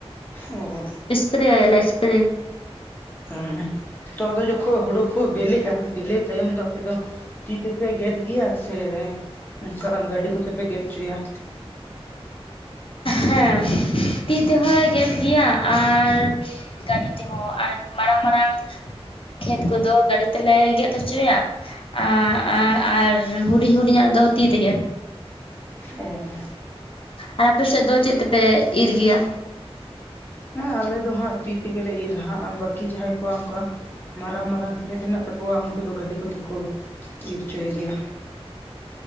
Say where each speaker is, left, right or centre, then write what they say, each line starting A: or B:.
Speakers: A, on the left; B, on the left.
A: ᱚᱸ
B: ᱯᱨᱮᱭᱟᱞᱮ ᱥᱯᱨᱮ
A: ᱦᱮᱸ ᱛᱚ ᱟᱫᱚ ᱡᱚᱠᱷᱚᱡ ᱦᱩᱲᱩ ᱠᱚ ᱵᱤᱞᱤᱜᱼᱟ ᱵᱤᱞᱤ ᱛᱟᱭᱚᱢ ᱫᱚ ᱟᱯᱮ ᱫᱚ ᱛᱤ ᱛᱮᱯᱮ ᱜᱮᱫ ᱜᱮᱭᱟ ᱥᱮ ᱚᱱᱠᱟ ᱜᱟᱹᱰᱤ ᱠᱚᱛᱮ ᱯᱮ ᱜᱮᱫ ᱚᱪᱚᱭᱟ?
B: ᱦᱮᱸ ᱛᱤ ᱛᱮ ᱦᱚᱸᱞᱮ ᱜᱮᱫ ᱜᱮᱭᱟ ᱟᱨ ᱜᱟᱹᱰᱤ ᱛᱮᱦᱚᱸ ᱟᱨ ᱢᱟᱨᱟᱝ ᱢᱟᱨᱟᱝ ᱠᱷᱮᱛ ᱠᱚᱫᱚ ᱜᱟᱹᱰᱤ ᱛᱮᱞᱮ ᱜᱮᱫ ᱦᱚᱪᱚᱭᱟ᱾ ᱟᱸ ᱟᱸ ᱟᱨ ᱦᱩᱰᱤᱧ ᱦᱩᱰᱤᱧᱟᱜ ᱫᱚ ᱛᱤ ᱛᱮᱜᱮ᱾
A: ᱚᱸ
B: ᱟᱨ ᱟᱯᱮ ᱥᱮᱫ ᱫᱚ ᱪᱮᱫ ᱛᱮᱯᱮ ᱤᱨ ᱜᱮᱭᱟ᱾
A: ᱦᱮᱸ ᱟᱞᱮ ᱫᱚ ᱦᱟᱸᱜ ᱛᱤ ᱛᱮᱜᱮᱞᱮ ᱤᱨᱟᱦᱟᱜ-ᱟ ᱵᱟᱹᱠᱤ ᱡᱟᱦᱟᱸᱭ ᱠᱚᱣᱟᱜ ᱚᱱᱠᱟ ᱢᱟᱨᱟᱝ ᱢᱟᱨᱟᱝ ᱠᱷᱮᱛ ᱦᱮᱱᱟᱜ ᱛᱟᱠᱚᱣᱟ ᱩᱱᱠᱩ ᱫᱚ ᱜᱟᱹᱰᱤ ᱠᱚᱛᱮ ᱠᱚ ᱤᱨ ᱦᱚᱪᱚᱭ ᱜᱮᱭᱟ᱾